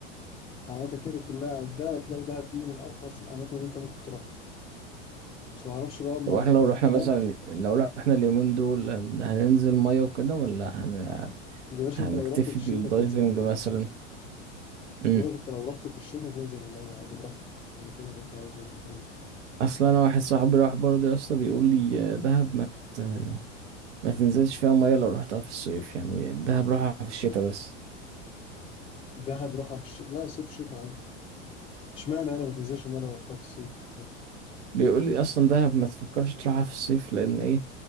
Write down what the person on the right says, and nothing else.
طب احنا
لو رحنا مثلا لو رحنا اليومين دول هن- هننزل ميه وكده ولا هن...
هنكتفي
بالدايفنج
مثلا امم
اصلا انا واحد صاحبي راح برضه يا اسطى بيقول لي آه، دهب ما ت... ما تنزلش فيها ميه لو رحتها في الصيف يعني دهب روحها في الشتاء بس
بيقول لي اصلا دهب ما تفكرش تروحها في الصيف لان ايه